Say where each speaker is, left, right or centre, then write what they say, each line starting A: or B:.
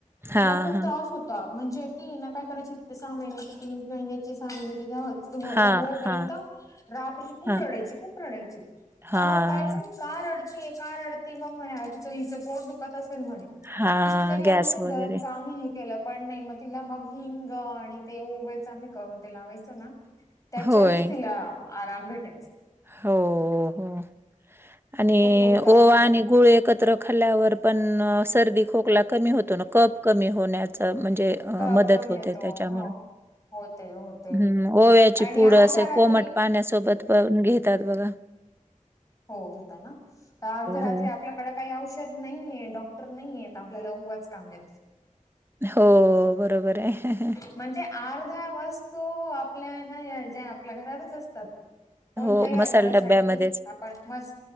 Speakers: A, on the right (about 15°); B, on the left (about 25°).
A: हां,
B: तीला खुओ
A: हां.
B: त्रास होत ता म्हणजे ती ना काय करायची सहा महिन्याची तीन महिन्याची सहा महिन्याची झालं
A: हां,
B: हो जावळ हो पर्यंत
A: हां,
B: रात्रीची खूप
A: हां,
B: रडायची खूप रडायची.
A: हां,
B: आम्हाला कळायचं नाही कार रडते का रडते मग म्हणे आजचं हिचं पोट दुखत असेल म्हणे
A: हां,
B: कितीतरी <unintelligible>
A: गॅस वगैरे.
B: आम्ही केलं. पण नाही मग तिला मग हिंग आणि ते ओव्याचं आम्ही करून ते लावायचं ना. त्याच्यानेच
A: होय.
B: तिला आराम भेटायच.
A: हो हो. आणि
B: खूप गुणकारी
A: ओवा
B: आहे
A: आणि गुळ कत्र खाल्ल्यावर पण सर्दी खोकला कमी होतो ना. कप कमी होण्याचा म्हणजे अ
B: कप
A: मदत
B: कमी
A: होते
B: येतो
A: त्याच्यामुळे.
B: हो होते होते
A: हम्म. ओव्याची
B: आणि
A: पूड
B: अर्ध्या
A: असे
B: रात्री
A: कोमट पाण्यासोबत घेतात बघा‌.
B: हो घेताय ना. तर अर्ध्या रात्री
A: हो.
B: आपल्याकड काही औषध नाहीये डॉक्टर नाही आहेत. आपल्याला ओवावाच काम य
A: हो बरोबर आहे.
B: म्हणजे अर्ध्या वस्तू आपल्या ना ज्या आपल्या घरातच असतात. कोणत्याही
A: हो,
B: आजारासाठी
A: मसाला डब्यामध्येच.
B: आपण मस्त